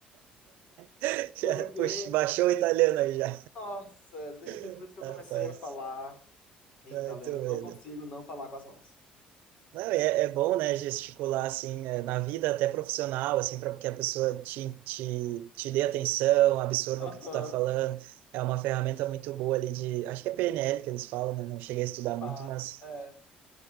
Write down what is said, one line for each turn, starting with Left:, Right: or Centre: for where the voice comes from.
Right: <laughs>
Left: Porque,
Right: Já, puxa, baixou o italiano aí já.
Left: nossa, e depois
Right: <laughs>
Left: que eu
Right: Rapaz,
Left: comecei a falar em
Right: ah,
Left: italiano,
Right: tô
Left: eu
Right: vendo.
Left: não consigo não falar com as mãos.
Right: Não, é, é bom, né, gesticular, assim, eh, na vida até profissional, assim, para que a pessoa te, te, te dê atenção, absorva
Left: Aham,
Right: o que tu está falando. É uma ferramenta muito boa ali de... Acho que é PNL que eles falam, né? Não cheguei a estudar muito,
Left: tá,
Right: mas...
Left: é,